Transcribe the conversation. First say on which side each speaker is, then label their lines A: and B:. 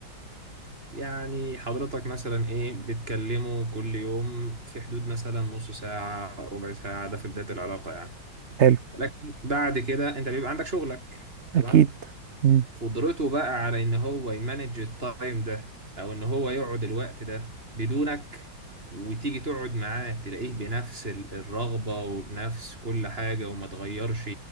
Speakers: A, on the right; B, on the right.
A: يعني حضرتك مثلا ايه بتكلمه كل يوم في حدود مثلا نص ساعة ربع ساعة ده في بداية العلاقة يعني
B: حلو
A: لكن بعد كده انت بيبقى عندك شغلك تمام
B: اكيد مم.
A: قدرته بقى على ان هو يمانج التايم ده او ان هو يقعد الوقت ده بدونك وتيجي تقعد معاه تلاقيه بنفس ال- الرغبة وبنفس كل حاجة وما تغيرش